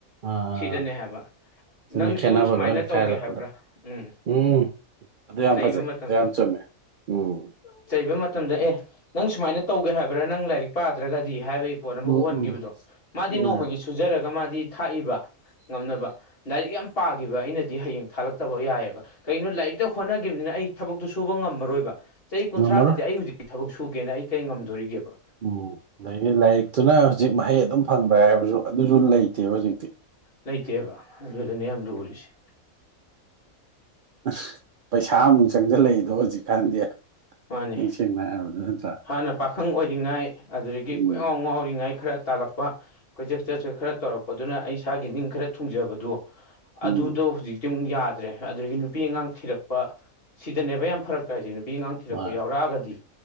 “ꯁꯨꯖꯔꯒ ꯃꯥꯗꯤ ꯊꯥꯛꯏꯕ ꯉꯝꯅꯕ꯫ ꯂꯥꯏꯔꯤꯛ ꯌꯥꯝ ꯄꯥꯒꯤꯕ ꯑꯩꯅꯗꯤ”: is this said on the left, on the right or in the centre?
Left